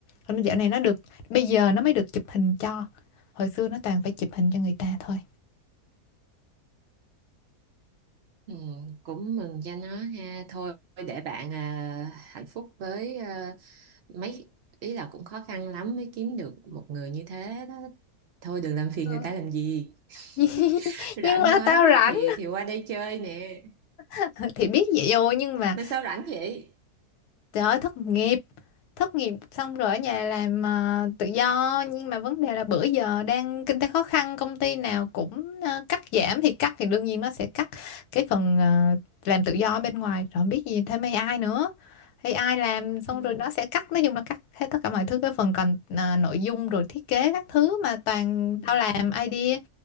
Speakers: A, on the left; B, on the right.
A: Còn dạo này nó được bây giờ nó mới được chụp hình cho. Hồi xưa nó toàn phải chụp hình cho người ta thôi.
B: Ừ, cũng mừng cho nó ha thôi để bạn à, hạnh phúc với à, mấy ý là cũng khó khăn lắm mới kiếm được một người như thế đó thôi đừng làm phiền
A: Ừ.
B: người ta làm gì
A: <laughs>
B: <laughs>
A: nhưng
B: rảnh
A: mà
B: quá
A: tao rảnh
B: thì thì qua đây chơi nè
A: <laughs> thì biết vậy rồi nhưng mà
B: mà sao rảnh vậy
A: Trời ơi thất nghiệp Thất nghiệp xong rồi ở nhà làm à, tự do Nhưng mà vấn đề là bữa giờ đang kinh tế khó khăn Công ty nào cũng à, cắt giảm Thì cắt thì đương nhiên nó sẽ cắt Cái phần à, làm tự do ở bên ngoài Rồi không biết gì thêm AI nữa AI làm xong
B: ừ.
A: rồi nó sẽ cắt Nói chung là cắt hết tất cả mọi thứ Cái phần còn à, nội dung rồi thiết kế các thứ Mà toàn
B: Ừ.
A: tao làm idea